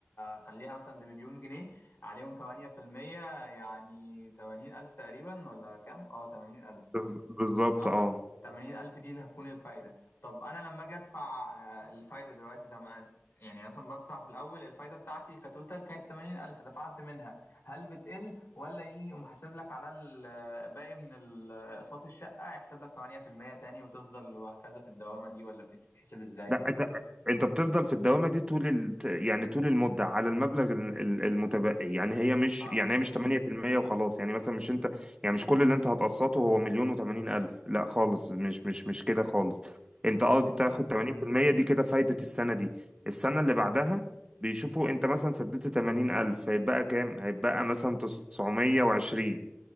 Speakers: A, on the left; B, on the right.
A: خليها مثلا بمليون جنيه عليهم 8% يعني 80 ألف تقريبا ولا كام اه 80 ألف
B: بز- بالظبط
A: صح
B: اه
A: 80000 دي اللي هتكون الفايدة طب أنا لما أجي أدفع آه، الفايدة دلوقتي تمام يعني مثلا بدفع في الأول الفايدة بتاعتي كتوتال كانت 80000 دفعت منها هل بتقل ولا إيه يقوم حاسب لك على الباقي من ال- آه، أقساط الشقة يحسب لك 8% تاني وتفضل وهكذا في الدوامة دي ولا بتتحسب إزاي؟
B: لا انت انت بتفضل في الدوامه دي طول ال... يعني طول المده على المبلغ ال- ال- المتبقي يعني هي مش
A: اه
B: يعني هي مش 8% وخلاص يعني مثلا مش انت يعني مش كل اللي انت هتقسطه هو مليون و80 الف لا خالص مش مش مش كده خالص انت
A: مم.
B: اه بتاخد 80% دي كده فايده السنه دي السنه اللي بعدها بيشوفوا انت مثلا سددت 80 الف هيبقى كام هيبقى مثلا 920